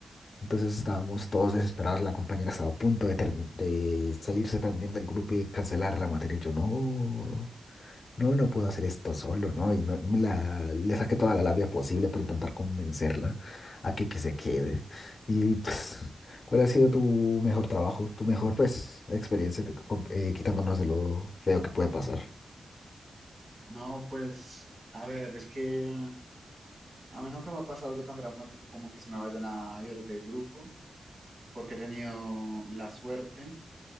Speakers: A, on the left; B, on the right.
A: Entonces estábamos todos desesperados, la compañera estaba a punto de, termi- de salirse también del grupo y de cancelar la materia. Yo no, no, no puedo hacer esto solo, ¿no? Y no- la, le saqué toda la labia posible para intentar convencerla a que, que se quede. Y pues, ¿cuál ha sido tu mejor trabajo, tu mejor pues experiencia que- con- eh, quitándonos de lo feo que puede pasar?
B: No, pues, a ver, es que a mí nunca me ha pasado algo tan dramático como que se me vayan a ir del grupo, porque he tenido la suerte